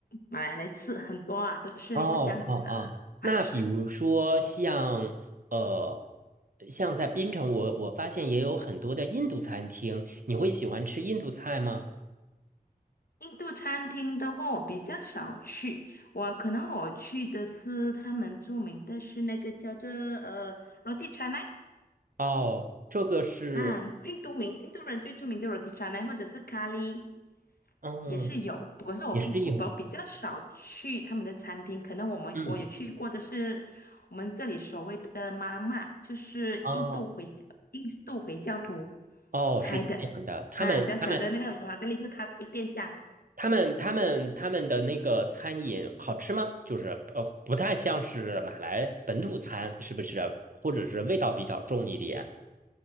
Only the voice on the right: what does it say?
哦哦哦，那比如说像呃，像在槟城我，我发现也有很多的印度餐厅，你会喜欢吃印度菜吗？
哦，这个是。
嗯，
也是一盒，
嗯，
哦哦，
是这样的，他们他们
他们他们他们的那个餐饮好吃吗？就是呃，不太像是马来本土餐，是不是？或者是味道比较重一点？